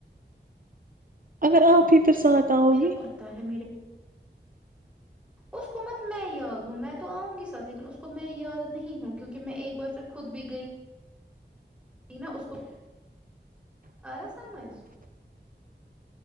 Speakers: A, on the right; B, in the centre.
A: اگر آپ ہی پھر ساتھ آؤ
B: میرا
A: گی
B: پتا ہے میرے اسکومت میں ہی یاگ ہوں میں تو آؤ گی سات لیکن اس کو میں یاد نہیں ہوں کیونکہ میں ایک بار پھر خود بھی گئی ت نا اس کو آیا سمجھ